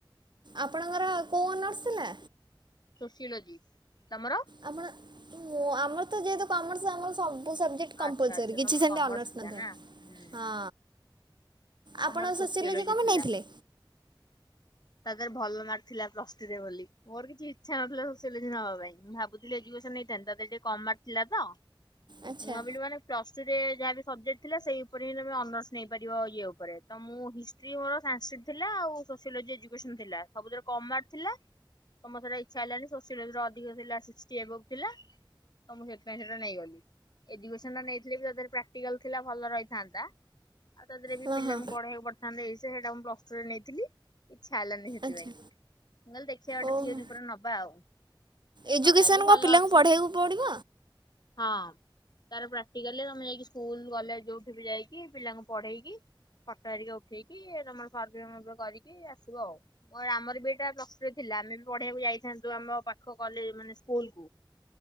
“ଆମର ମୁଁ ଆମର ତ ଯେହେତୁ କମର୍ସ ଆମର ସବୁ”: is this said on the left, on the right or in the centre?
Right